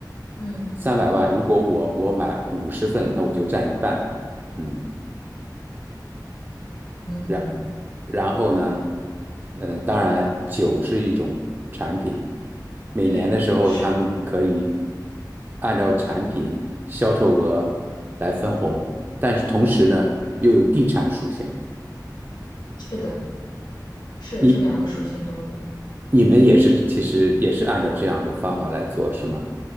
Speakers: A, on the left; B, on the right.
A: 嗯
B: 三百万，如果我我买五十份，那我就占一半，嗯，
A: 嗯
B: 然然后呢，呃，当然酒是一种产品，每年的时候他们可以
A: 对，是
B: 按照产品销售额来分红，但是同时呢又有地产属性。
A: 是的，是这两个属性都有。
B: 你。你们也是，其实也是按照这样的方法来做，是吗？